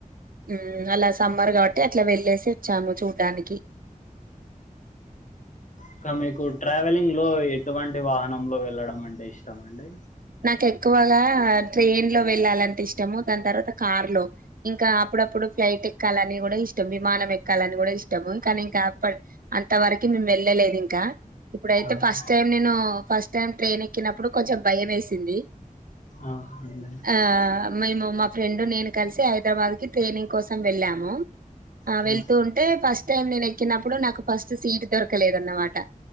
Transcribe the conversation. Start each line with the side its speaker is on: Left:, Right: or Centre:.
Right: ఉమ్ అలా స సమరు కాబట్టి అట్లా వెళ్లేేసి వచ్చాము చూడ్డానికి
Left: ఇంకా మీకు ట్రావెలింగ్ లో ఎటువంటి వాహనంలో వెళ్ళడం అంటే ఇష్టం అండి
Right: నాకు ఎక్కువగా ట్రైన్ లో వెళ్ళాలంట ఇష్టము దాని తర్వాత కార్ లో ఇంకా అప్పుడప్పుడు ఫ్లైట్ ఎక్కాలని కూడా ఇష్టం విమానం ఎక్కాలని కూడా ఇష్ ఇవాం కానీ ఇంకా అప్ప అంత వరకు మేము వెళ్ళలేదు ఇంకా ఇప్పుడైతే
Left: ఆ.
Right: ఫస్ట్ టైం నేను ఫస్ట్ టైం ట్రైన్ ఎక్కినప్పుడు కొంచెం భయం వే సింది
Left: అవునండి
Right: ఆ మేము మాక్ ఫ్రెండ్ నేను కలిసి హైదరాబాద్ కి ట్రైనింగ్ కోసం వెళ్ళాము ఆ
Left: అవు
Right: వెళ్తూ ఉంటే ఫస్ట్ టైం నేను ఎక్కినప్పుడు నాకు ఫస్ట్ సీట్ దొరకలేదన్నమాట